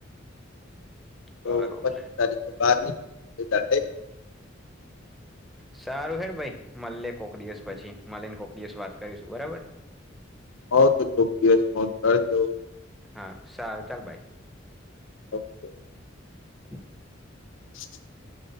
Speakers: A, on the left (about 75°); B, in the centre.
A: તો
B: બરોબર
A: પચીસ તારીખ બારની ધ લે
B: સારું હેડ ભાઈ મલે કોક દિવસ પછી મલીને કોક દિવસ વાત કરીશું બરાબર.
A: આવ તો કોક દિવસ ફોન કર જો.
B: હા સારું ચાલ ભાઈ.
A: ઓકે.
B: <unintelligible>
A: <inaudible>